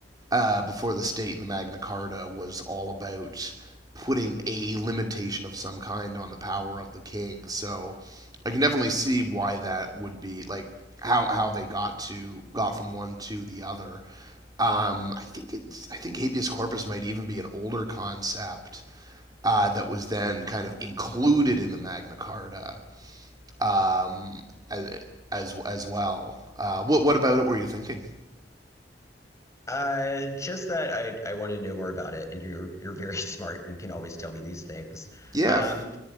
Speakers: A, on the right; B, on the left.
A: uh, before the state and the Magna Carta was all about putting a limitation of some kind on the power of the king. So I can definitely see why that would be like how how they got to got from one to the other. Um, I think it's I think habeas corpus might even be an older concept uh, that was then kind of included in the Magna Carta um, as as as well. Uh, what what about it were you thinking?
B: Uh just that I I wanted to know more about it and you're you're very <laughs> smart and can always tell me these things.
A: Yeah,
B: Um